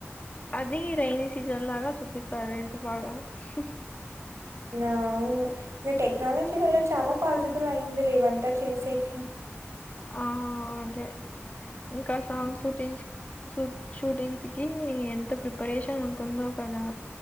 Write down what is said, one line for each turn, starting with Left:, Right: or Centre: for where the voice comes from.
Left: అది రైైన్ సీజన్ లాగ చూపిస్తరు ఎంత బాగ <inaudible>
Right: ఔను ఇగ టెక్నాలజీ వల్ల చాల పాసిబుల్ అయింది లేదంటే చుసేకి
Left: ఆ అదే ఇంక సాంగ్
Right: హ్మ్.
Left: షూటింగ్స్ కి షూటింగ్స్ కి ఎంత ప్రిపరేషన్ ఉంటుందొ కదా